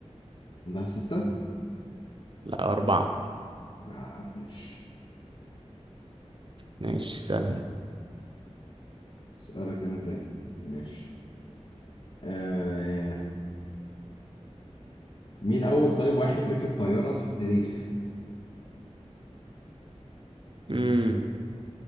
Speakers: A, on the left; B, on the right.
A: عندها ستة؟
B: لا أربعة
A: آه ماشي
B: ماشي سألني
A: اسألك انا تاني ماشي آه مين اول طيب واحد ركب طيارة في التاريخ
B: مم،